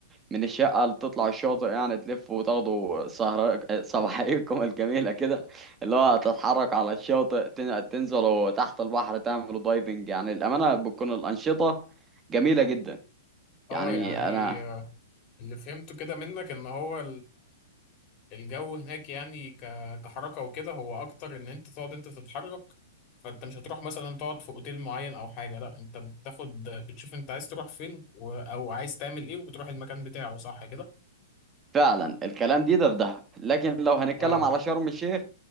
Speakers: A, on the right; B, on the left.
A: من الشقة اللي تطلع الشاطئ يعني تلف وتاخدوا سهر صباحيكم الجميلة كده اللي هو تتحرك على الشاطئ تن- تنزلوا تحت البحر تعملوا دايفنج يعني الأمانة بتكون الأنشطة جميلة جدا
B: اه
A: يعني
B: يعني
A: أنا
B: آه، اللي فهمته كده منك ان هو الجو هناك يعني ك... كحركة وكده هو أكتر إن أنت تقعد أنت تتحرك فأنت مش هتروح مثلا تقعد في أوتيل معين أو حاجة لأ أنت بتاخد بتشوف أنت عايز تروح فين و... أو عايز تعمل إيه وبتروح المكان بتاعه صح كده؟
A: فعلا الكلام دي ده في دهب لكن لو هنتكلم
B: أه
A: على شرم الشيخ